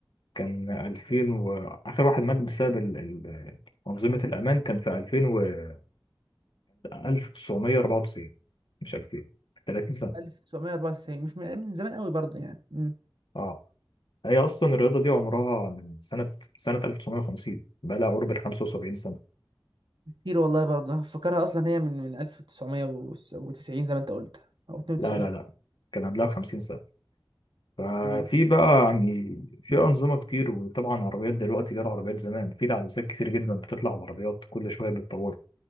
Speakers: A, on the left; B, on the right.
A: كان 2000 واخر واحد مات بسبب ال... ال... انظمه الامان كان في 2000 وكان 1994 مش 2000 30 سنه
B: 1994 مش من, من زمان قوي برضه يعني مم.
A: اه هي اصلا الرياضه دي عمرها من سنه سنه 1950 بقى لها قرب ال 75 سنه
B: كتير والله برضه انا فاكرها اصلا هي من من 1990 زي ما انت قلت او 92
A: لا لا لا كان قبلها 50 سنه ففي
B: مم.
A: بقى يعني في أنظمة كتير وطبعا عربيات دلوقتي غير عربيات زمان في تحديثات كتير جدا بتطلع على العربيات كل شوية بتطور